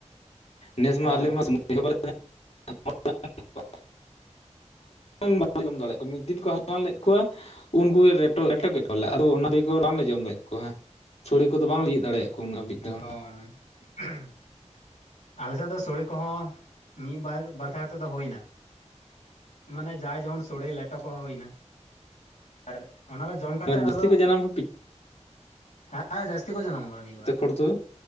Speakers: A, on the left; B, on the left.
A: ᱱᱮᱥ
B: ᱦᱮᱸ
A: ᱢᱟ ᱟᱞᱮᱢᱟ ᱥᱚᱢᱚᱭ ᱦᱚᱸ <inaudible> ᱵᱟᱝᱞᱮ ᱡᱚᱢ ᱫᱟᱲᱮᱭᱟᱜ ᱠᱚᱣᱟ ᱢᱤᱫ ᱫᱤᱱ ᱠᱚ ᱦᱟᱞᱟᱝ ᱞᱮᱫ ᱠᱚᱣᱟ ᱩᱱᱠᱩ ᱜᱮ ᱨᱮᱴᱚ ᱞᱮᱴᱚ ᱠᱮᱫ ᱠᱚᱣᱟ ᱞᱮ ᱟᱫᱚ ᱚᱱᱟ ᱫᱤᱠ ᱨᱟᱱ ᱞᱮ ᱡᱚᱢ ᱮᱫ ᱠᱚᱣᱟ ᱥᱚᱲᱮ ᱠᱚᱫᱚ ᱵᱟᱝ ᱞᱮ ᱤᱭᱮᱫ ᱫᱟᱲᱮᱭᱟ ᱠᱚᱣᱟ ᱩᱱᱟᱹᱜ ᱦᱟᱹᱵᱤᱡ
B: <inaudible>
A: ᱫᱚ
B: ᱟᱞᱮᱥᱮᱫ ᱫᱚ ᱥᱚᱲᱮ ᱠᱚᱦᱚᱸ ᱢᱤᱫ ᱵᱟᱨ ᱵᱟᱨᱫᱷᱟ ᱠᱟᱛᱮᱫ ᱫᱚ ᱦᱩᱭ ᱮᱱᱟ ᱢᱟᱱᱮ ᱡᱟᱦᱟᱸᱟᱭ ᱡᱮᱢᱚᱱ ᱥᱚᱲᱮ ᱞᱮᱴᱚ ᱠᱚᱦᱚᱸ ᱦᱩᱭᱱᱟ ᱟᱨ ᱚᱱᱟ ᱠᱚ ᱡᱚᱢ ᱠᱟᱛᱮᱫ
A: ᱡᱟᱹᱥᱛᱤ
B: ᱟᱫᱚ
A: ᱠᱚ ᱡᱟᱱᱟᱢ ᱠᱚ
B: ᱦᱮᱸ ᱡᱟᱹᱥᱛᱤ ᱠᱚ ᱡᱟᱱᱟᱢ ᱠᱟᱱᱟ ᱱᱤᱭᱟᱹ ᱵᱟᱨ
A: ᱦᱚᱲ ᱫᱚ